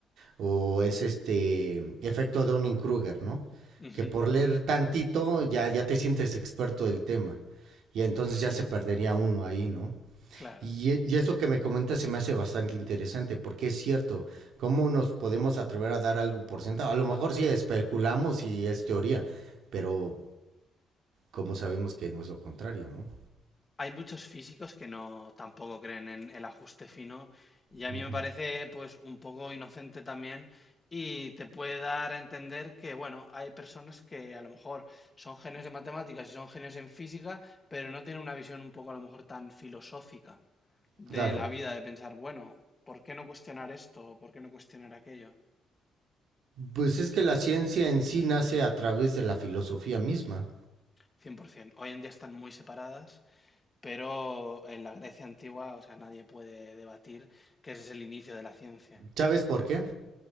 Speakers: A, on the right; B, on the left.
A: o es este efecto Dunning-Kruger, ¿no?
B: Ujú,
A: Que por leer tantito ya, ya te sientes experto del tema, y entonces
B: Sí,
A: ya se perdería uno ahí, ¿no?
B: claro.
A: Y, e, y eso que me comentas se me hace bastante interesante, porque es cierto, ¿cómo nos podemos atrever a dar algo por sentado? A lo mejor sí especulamos y es teoría, pero como sabemos que no es lo contrario, ¿no?
B: Hay muchos físicos que no tampoco creen en el ajuste fino y a
A: Ujú.
B: mí me parece pues un poco inocente también y te puede dar a entender que bueno, hay personas que a lo mejor son genios de matemáticas y son genios en física, pero no tienen una visión un poco a lo mejor tan filosófica de
A: Claro.
B: la vida, de pensar, bueno, ¿por qué no cuestionar esto? ¿Por qué no cuestionar aquello?
A: Pues es que la ciencia en sí nace a través de la filosofía misma.
B: 100%. Hoy en día están muy separadas. Pero en la Grecia antigua, o sea, nadie puede debatir que ese es el inicio de la ciencia,
A: ¿Sabes por qué?